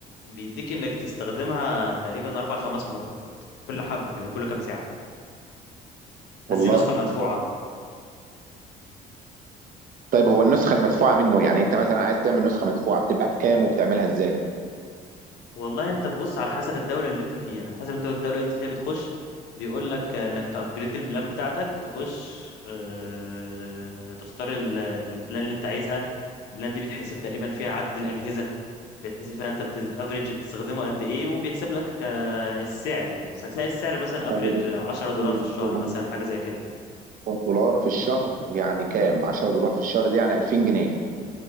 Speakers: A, on the left; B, on the right.
A: بيديك انك تستخدمها تقريبا اربع خمس مرات كل حبة كده كل كام ساعة بس
B: والله
A: دي النسخة المدفوعة
B: طيب هو النسخه المدفوعه منه يعني انت مثلا عايز تعمل نسخه مدفوعه بتبقى بكام وبتعملها ازاي
A: والله انت بص على حسب الدولة اللي انت فيها على حسب انت الدولة اللي انت فيها بتخش بيقول لك انك تأبجريد البلان بتاعتك تخش آه تختار ال- البلان اللي انت عايزها البلان دي بيتحسب تقريبا فيها عدد الأجهزة بيتحسب فيها انت بت افريج بتستخدمه قد ايه وبيحسب لك آه السعر يعني بس هتلاقي السعر مثلا
B: طيب،
A: افريج 10 دولار في الشهر
B: يعني
A: مثلا حاجة زي كده
B: دولار في الشهر يعني كام 10 دولار في الشهر دي يعني 2000 جنيه